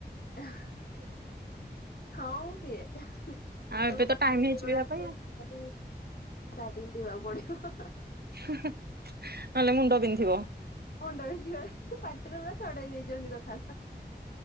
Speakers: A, on the left; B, on the right.
A: ହଅ ହଁ ମୁଁ ପିଏ ହଅ
B: ଆଉ
A: ଏବେ ତ ଟାଇମ
B: ହେଇଛି
A: ହେଇଗଲାଣି
B: ପିଇବା ପାଇଁ
A: ଟିକେ ଚା ଟିକେ ପିଇବାକୁ ପଡିବ
B: ନହେଲେ ମୁଣ୍ଡ ପିନ୍ଧିବ
A: ମୁଣ୍ଡ ପିନ୍ଧିବ ପାଟିରୁ ପୁରା ଛଡେଈ ନେଇଛନ୍ତି କଥା